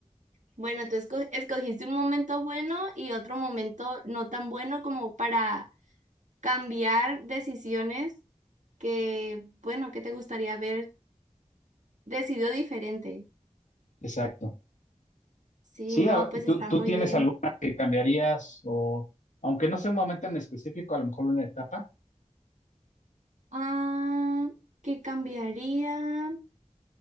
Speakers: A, on the right; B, on the left.
A: Bueno, tú esco- escogiste un momento bueno y otro momento no tan bueno como para cambiar decisiones que, bueno, que te gustaría haber decidido diferente.
B: Exacto.
A: Sí,
B: Sí,
A: no,
B: a-
A: pues está
B: ¿tú, tú
A: muy
B: tienes
A: bien.
B: alguna que cambiarías o, aunque no sea un momento en específico, a lo mejor una etapa?
A: Ah, ¿qué cambiaría?